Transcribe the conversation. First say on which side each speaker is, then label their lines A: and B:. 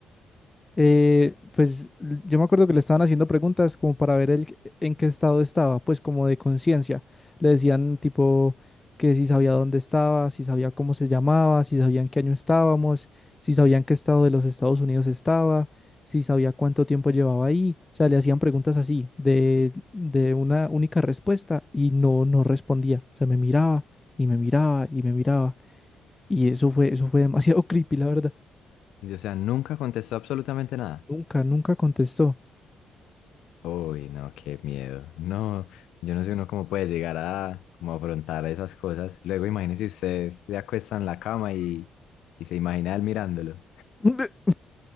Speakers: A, on the left; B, on the left.
A: Eh, pues l- yo me acuerdo que le estaban haciendo preguntas como para ver el, en qué estado estaba, pues como de conciencia. Le decían tipo que si sabía dónde estaba, si sabía cómo se llamaba, si sabía en qué año estábamos, si sabía en qué estado de los Estados Unidos estaba, si sabía cuánto tiempo llevaba ahí. O sea, le hacían preguntas así, de, de una única respuesta y no, no respondía. O sea, me miraba y me miraba y me miraba. Y eso fue, eso fue demasiado <laughs> creepy, la verdad.
B: Y, o sea, nunca contestó absolutamente nada.
A: Nunca, nunca contestó.
B: Uy, no, qué miedo. No, yo no sé uno cómo puede llegar a como afrontar esas cosas. Luego, imagínese usted se acuesta en la cama y, y se imagina él mirándolo.
A: <laughs>